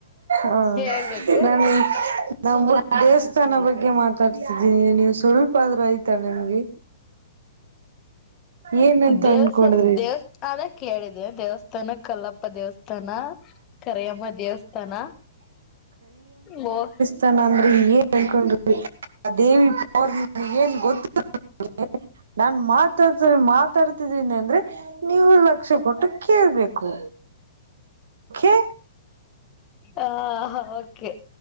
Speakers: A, on the right; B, on the left.
A: ಹಾ
B: ಹೇಳ್ಬೇಕು.
A: ನಾನು ನಮ್ಮ ದೇವಸ್ಥಾನ ಬಗ್ಗೆ ಮಾತಾಡ್ತಿದ್ದೀನಿ ನೀವು ಸ್ವಲ್ಪ ಆದ್ರೂ ಐತ ನಿಮ್ಗೆ. ಏನಂತ
B: ದೇವಸ
A: ಅನ್ಕೊಂಡ್ರಿ
B: ದೇವಸ್ <unintelligible> ಅದಕ್ಕೆ ಕೇಳಿದೆ ದೇವಸ್ಥಾನಕ್ಕೆಲ್ಲಪ್ಪ. ದೇವಸ್ಥಾನ ಕರಿಯಮ್ಮ ದೇವಸ್ಥಾನ ಹೋಗ
A: ತನ ಅಂದ್ರ ಏನ್ ಅನ್ಕೊಂಡು ಆ ದೇವಿ ಪವರ್ ಏನ್ ಗೊತ್ತ <unintelligible> ನಾನ್ ಮಾತಾಡ್ತ ಮಾತಾಡ್ತಿದ್ದೀನಿ ಅಂದ್ರೆ ನೀವು ಲಕ್ಷ ಕೊಟ್ಟು ಕೇಳ್ಬೇಕು. ಓಕೆ
B: ಆ, ಓಕೆ